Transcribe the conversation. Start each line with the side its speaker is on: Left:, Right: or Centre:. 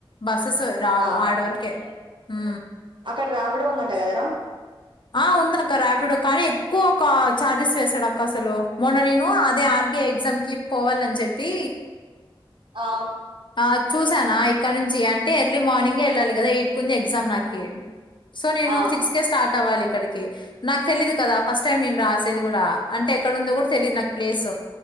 Left: బస్సెస్ రావు
Right: ఆ
Left: ఆడ వరకే హా
Right: అక్కడ రాపిడోల్లు అంట కదరా
Left: ఆ ఉంద అక్క రాపిడ కానీ ఎక్కువ ఒక చార్జెస్ వేసాడు అక్క అసలు మొన్న నను అదే ఆర్బిఐ ఎగ్జామ్ కి పోవాలని చెప్పి
Right: ఆ
Left: ఆ చూసాను ఆ ఇక్కడ నుంచి అంటే ఎర్లీ మార్నింగే ఎళ్ళాలి కదా ఎటుట్ కుంది ఎగ్జామ్ నాకి సో నేను
Right: ఆ
Left: సిక్స్ కేే స్టార్ట్ అవ్వాలి ఇక్కడి కి నాకు తెలీదు కదా ఫస్ట్ టైం నేను రాసేది కూడా అంటే క్కడుందో కూడా తెలియదు నాకు ప్లేస్